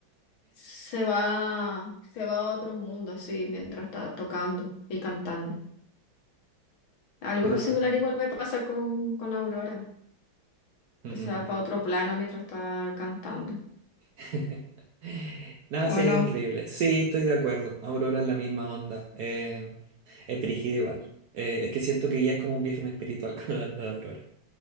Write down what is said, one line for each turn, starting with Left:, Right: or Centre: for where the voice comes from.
Left: Se va, se va a otro mundo, sí, mientras está tocando y cantando. Algo
Right: Estoy de acuerdo.
Left: similar igual me pasa con, con Aurora,
Right: Ujú.
Left: que se va para otro plano mientras está cantando.
Right: <laughs> Nada,
Left: ¿O
Right: sí, es
Left: no?
Right: increíble. Sí, estoy de acuerdo. Aurora es la misma onda. Eh, es brígido igual. Eh, es que siento que ya es como un viaje más espiritual <laughs> con la, la de Aurora.